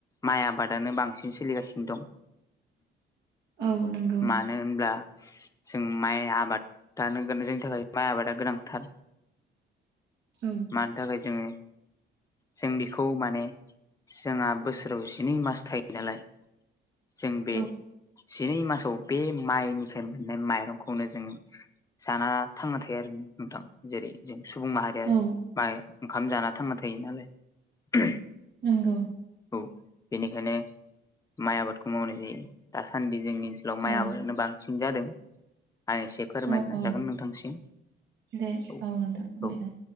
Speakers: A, on the left; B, on the right.
A: माइ आबादानो बांसिन सोलिगासिनो दं
B: औ नंगौ
A: मानो होनब्ला जों माइ आबादानो जोंनि थाखाय माइ आबादा गोनांथार
B: औ
A: मानि थाखाय जोङो जों बेखौ माने जोंहा बोसोराव जिनै मास थायो नालाय जों बे
B: औ
A: जिनै मासाव बे माइनिफ्राय मोननाय माइरंखौनो जों जाना थांना थायो आरो नोंथां जेरै जों सुबुं माहारिया
B: औ
A: माइ ओंखाम जाना थांना थायो नालाय
B: नोंगौ
A: औ बेनिखायनो माइ आबादखौ मावनाय जायो दासान्दि जोंनि ओनसोल ल माइ
B: औ
A: आबादानो बांसिन जादों आ एसे फोरमायनो
B: औ
A: नाजागोन
B: औ
A: नोंथांसिम
B: दे
A: औ
B: नोंथां फोरमायलाय
A: औ